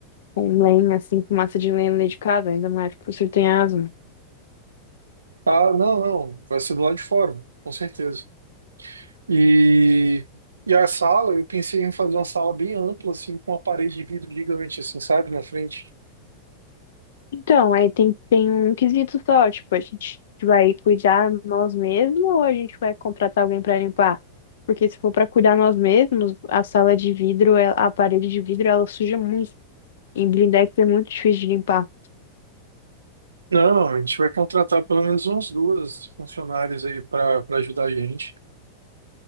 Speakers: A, on the left; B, on the right.
A: com lenha, assim, com massa de lenha dedicada, ainda mais que você tem asma.
B: Ah, não, não, vai ser do lado de fora, com certeza. E e a sala, eu pensei em fazer uma sala bem ampla assim, com uma parede de vidro gigante assim, sabe, na frente.
A: Então, aí tem, tem um quesito só, tipo, a gente vai cuidar nós mesmos ou a gente vai contratar alguém para limpar? Porque se for para cuidar nós mesmos, a sala de vidro, ela- a parede de vidro, ela suja muito. Em blindex é muito difícil de limpar.
B: Não, a gente vai contratar pelo menos umas duas funcionárias aí para para ajudar a gente.